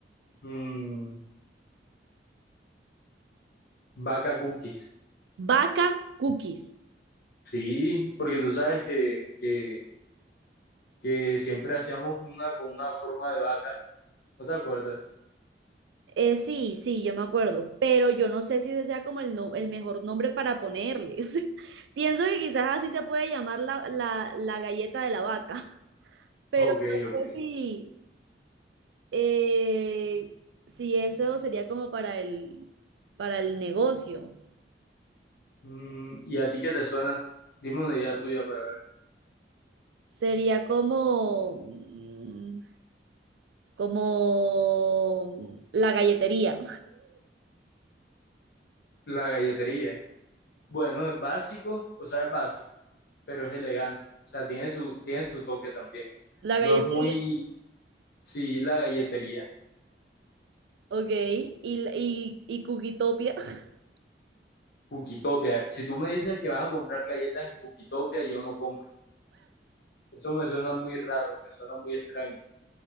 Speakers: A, on the left; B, on the right.
A: Mm, vaca cookies.
B: Vaca Cookies.
A: Sí, porque tú sabes que, que, que siempre hacíamos una con una forma de vaca. ¿No te acuerdas?
B: Eh, sí, sí, yo me acuerdo, pero yo no sé si ese sea como el, no- el mejor nombre para ponerle. <laughs> O sea, pienso que quizás así se puede llamar la, la, la galleta de la vaca. pero
A: Ok,
B: no
A: ok.
B: sé si, eh, si eso sería como para el, para el negocio.
A: Mm, ¿y a ti qué te suena? Dime una idea tuya para ver.
B: Sería como, mm, como la galletería.
A: La galletería. Bueno, es básico, o sea, es básico. pero es elegante. O sea, tiene su, tiene su toque también.
B: La
A: No
B: galletería,
A: es muy, sí, la galletería.
B: ok. Y, y, y Cookietopia. <laughs>
A: Cookitopia. Si tú me dices que vas a comprar galletas en Cookitopia, yo no compro. Eso me suena muy raro, me suena muy extraño.